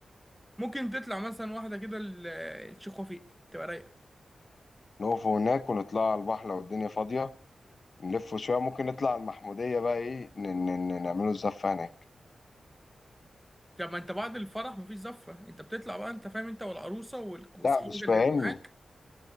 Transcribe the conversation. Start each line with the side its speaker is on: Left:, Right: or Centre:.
Centre: ممكن تطلع مثلا واحدة كده ال- الشيخ وفيق تبقى رايقة
Left: نقف هناك ونطلع على البحر لو الدنيا فاضية نلف شوية ممكن نطلع على المحمودية بقى إيه ن- ن- ن- نعمله الزفة هناك
Centre: طب ما انت بعد الفرح مفيش زفة انت بتطلع بقى انت فاهم انت والعروسة وال- واصحابك
Left: لا مش فاهمني
Centre: اللي هيبقوا معاك